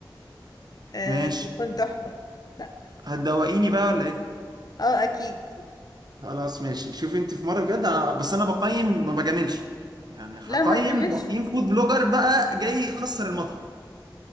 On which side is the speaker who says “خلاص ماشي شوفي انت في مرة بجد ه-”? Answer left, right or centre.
Right